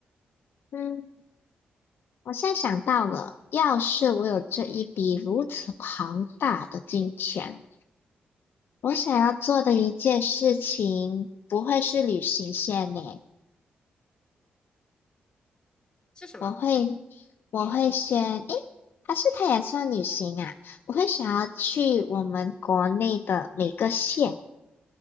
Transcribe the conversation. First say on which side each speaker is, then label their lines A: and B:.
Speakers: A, on the left (about 70°); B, on the left (about 20°).
A: 嗯，我现在想到了，要是我有这一笔如此庞大的金钱，我想要做的一件事情不会是旅行线呢。
B: 是什么？
A: 我会，我会先，诶，还是它也算旅行啊？我会想要去我们国内的每个县